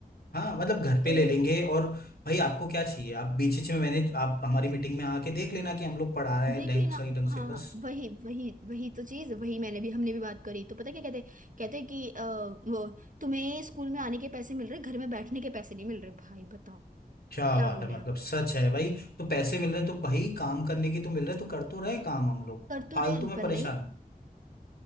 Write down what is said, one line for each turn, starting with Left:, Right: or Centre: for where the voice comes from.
Left: हाँ मतलब घर पे
Right: तो
Left: ले लेंगे और भाई आपको क्या चाहिए आप बीच बीच में मैंने आप हमारी मीटिंग में आके देख लेना कि हम लोग पढ़ा रहे हैं
Right: देख
Left: ढंग
Right: लेना
Left: सही ढंग से
Right: हाँ
Left: बस
Right: वही वही वही तो चीज वही मैंने भी हमने भी बात करी तो पता है क्या कहते कहते कि अ, वो तुम्हें स्कूल में आने के पैसे मिल रहे घर में बैठने के पैसे नहीं मिल रहे भाई बताओ
Left: क्या
Right: क्या
Left: बात
Right: बोले
Left: है मतलब
Right: हम
Left: सच है भाई तो पैसे मिल रहे हैं तो भाई काम करने की तो मिल रहे हैं, तो कर तो रहे काम हम लोग
Right: कर तो
Left: फालतू
Right: रहे हैं,
Left: में
Right: पर
Left: परेशान
Right: नहीं